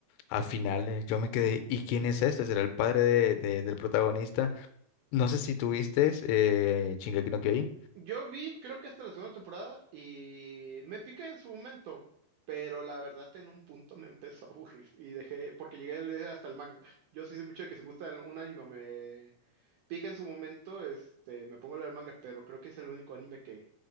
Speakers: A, on the left; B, on the right.
A: al final eh, yo me quedé, ¿y quién es este? ¿Será el padre de- de- del protagonista? No sé si tuviste eh, Shingeki no Kyojin.
B: Yo vi, creo que hasta la segunda temporada y me piqué en su momento, pero la verdad en un punto me <laughs> empezó a aburrir y dejé, porque llegué a leer hasta el manga. Yo sí sé mucho de que si me gusta el- un anime, o me pica en su momento, este, me pongo a leer el manga, pero creo que es el único anime que